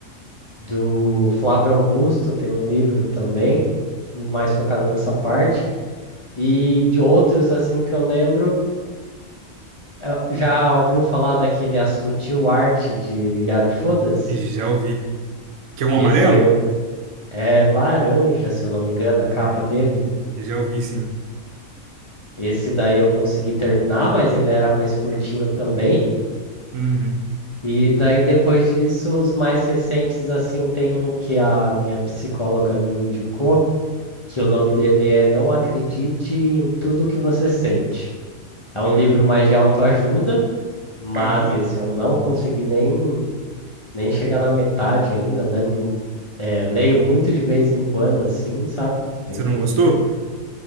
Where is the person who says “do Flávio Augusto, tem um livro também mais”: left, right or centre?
Left